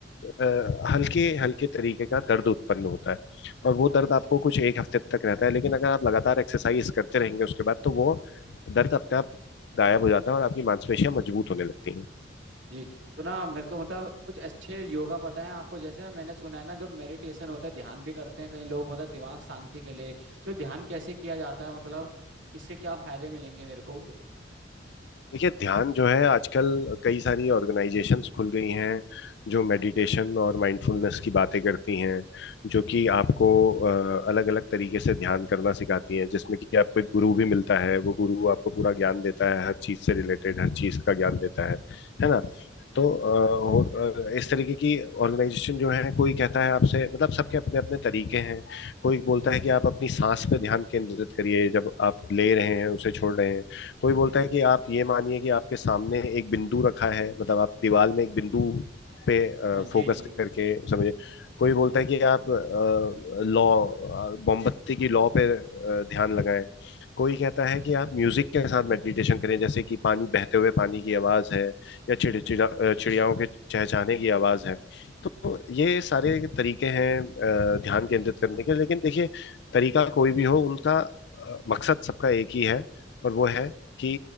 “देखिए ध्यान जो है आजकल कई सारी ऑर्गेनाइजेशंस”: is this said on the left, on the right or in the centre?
Left